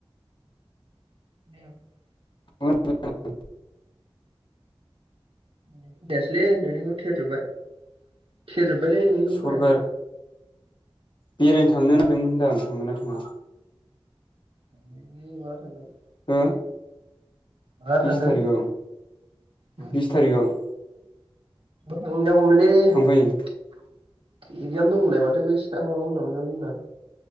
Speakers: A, on the right; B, on the left.
A: <unintelligible>
B: <unintelligible>
A: <unintelligible> देयासैलै नोंनिखौ थेरजोबबाय। थेरजोब बायलै नोंनिखौ
B: सरलपारा
A: खोनायाखै।
B: बेरायनो थांनो नागदोंमोन होनदां आं थांगोन ना थाङा?
A: दि माला थांगोन?
B: आ
A: माला
B: बिस
A: थांगोन
B: थारिखयाव
A: ज'
B: बिस थारिखयाव।
A: थांजागौमोनलै एकजाम
B: थांफायो
A: दं होनलाय माथ ए बिसिना माबामोनना अनजालि मोन्ना